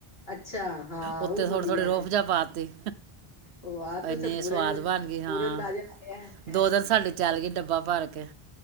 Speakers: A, on the left; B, on the right.
A: ਅੱਛਾ ਹਾਂ
B: ਉੱਤੇ
A: ਉਹ ਵੀ
B: ਥੋੜੀ-ਥੋੜੀ
A: ਵਧੀਆ
B: ਰੋਹਫਜਾ
A: ਹੈ
B: ਪਾਤੀ
A: ਵਾਹ ਤੁਸੀਂ
B: ਇੰਨੇ
A: ਪੂਰੇ
B: ਸਵਾਦ ਬਣ ਗਈ ਹਾਂ,
A: ਪੂਰੇ ਅੰਦਾਜ਼ੇ ਲਾਇਆ ਹੈ
B: ਦੋ ਦਿਨ ਸਾਡੀ ਚੱਲ ਗੀ ਡੱਬਾ ਭਰ ਕੇ।